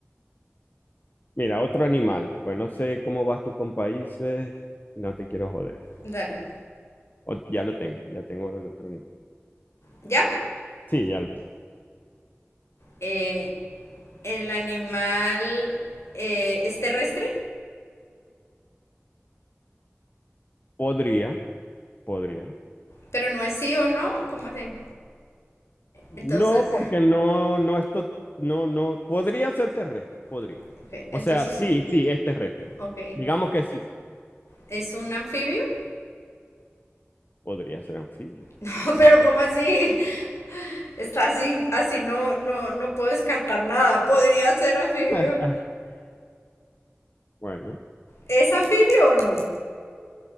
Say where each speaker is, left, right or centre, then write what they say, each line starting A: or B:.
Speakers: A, on the left (about 45°); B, on the left (about 75°).
A: mira, otro animal. Pues no sé cómo vas tú con países, no te quiero joder.
B: dale.
A: O- ya lo tengo, ya tengo el otro animal.
B: ¿Ya?
A: Sí, ya lo tengo.
B: eh, el animal eh, es terrestre,
A: Podría, podría.
B: pero no es sí o no, ¿cómo así?
A: No,
B: Entonces,
A: porque no, no, esto, no, no, podría ser terrestre, podría.
B: <laughs> ok, entonces,
A: O sea, sí, sí, es terrestre.
B: ok,
A: Digamos que sí,
B: ¿es un anfibio? <laughs>
A: podría ser anfibio.
B: No, pero ¿cómo así? Está así, así no, no, no puedo descartar nada, podría ser anfibio.
A: <laughs> Bueno,
B: ¿Es anfibio o no?